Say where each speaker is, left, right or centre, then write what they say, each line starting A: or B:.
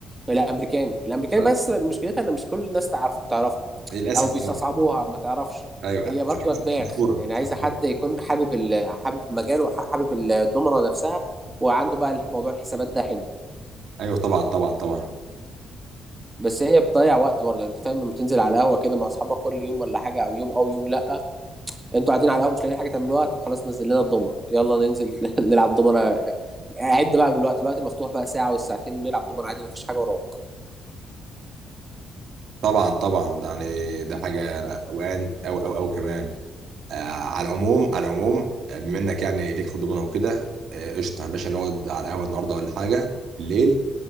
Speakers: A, on the right; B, on the right.
A: الأمريكاني الأمريكاني
B: آه.
A: بس مشكلتها إن مش كل الناس تعرف تعرفها
B: للاسف
A: أو بيستصعبوها
B: آه.
A: أو ما تعرفش
B: ايوه
A: هي برضو
B: مش
A: دماغ
B: مشهوره
A: يعني
B: مش
A: عايزة
B: مشهوره
A: حد يكون حابب ال... حابب المجال وحابب الدومنة نفسها وعنده بقى الح- موضوع الحسابات ده حلو
B: ايوه طبعا طبعا طبعا
A: بس هي بتضيع وقت برضه يعني انت فاهم لما تنزل على القهوة كده مع أصحابك كل يوم ولا حاجة أو يوم أو يوم لأ انتوا قاعدين على القهوه مش لاقيين حاجه تعملوها طب خلاص نزل لنا الضمنه يلا ننزل <laughs> نلعب ضمنه عد بقى بالوقت الوقت مفتوح بقى ساعه والساعتين نلعب ضمنه عادي مفيش حاجه وراك
B: طبعا طبعا ده يعني ده حاجه اوان او او او كمان آه على العموم على العموم آه، بما انك يعني ليك في الضمنه وكده آه، قشطه يا باشا نقعد على القهوه النهارده ولا حاجه بالليل